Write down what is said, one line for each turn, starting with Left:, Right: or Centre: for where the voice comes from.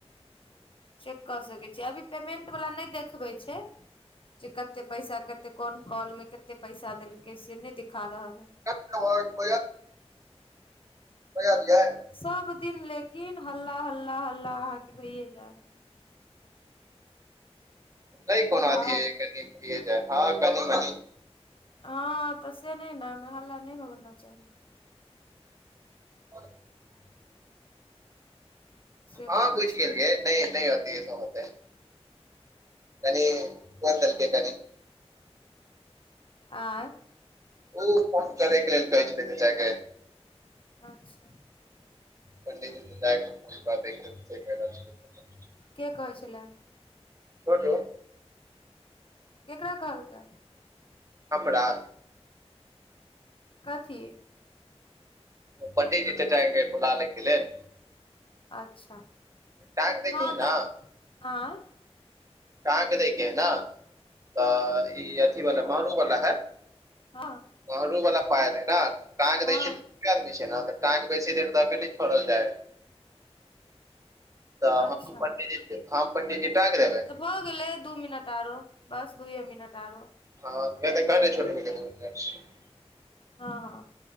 Left: चेक कऽ सकै छियै अभी पेमेंट वला नै देखबै छै। जे कते पैसा कते कोन कॉल मे कते पैसा देलकै से नै दिखा रहल हइ।
Right: <unintelligible> बजादियै।
Left: सब दिन लेकिन हल्ला हल्ला हल्ला अहाँके भइये जाइत।
Right: नै बनादियै
Left: नहि भाय
Right: कनी। दिये जाइ हँ कनी मनी।
Left: हँ तऽ से नै ने अइमे हल्ला नै ने होना चाही।
Right: <inaudible>
Left: से
Right: हँ
Left: बात
Right: बुइझ
Left: छै
Right: गेलियै नै नै अथी होतेै। कनी क देलके कनी।
Left: आंइ।
Right: उ फोन करे के लेल कहे छथिन चचा के।
Left: अच्छा।
Right: पंडितजी। <unintelligible>
Left: के कहै छले।
Right: छोटू।
Left: केकरा कहलकै।
Right: हमरा।
Left: कथी।
Right: पंडितजी चचा के बोला लै के लेल।
Left: अच्छा
Right: टाँग दैके
Left: हँ
Right: है
Left: तऽ
Right: न
Left: आँइ।
Right: अहाँके दैके है न तऽ ई अथी वाल मारू वाला हइ।
Left: हँ।
Right: महरूवला पायल है न कहाँके
Left: हँ
Right: देखियो। किये आदमी छै ने तऽ टांक बेसी देर दऽ के नै छोड़ल जाइ हइ। तऽ
Left: अच्छा
Right: हम पंडिजी हम पंडिजी टाक देेबै।
Left: तऽ भऽ गेलै दू मिनट आरो बस दूयए मिनट आरो।
Right: हँ तऽ <unintelligible>
Left: हँ हँ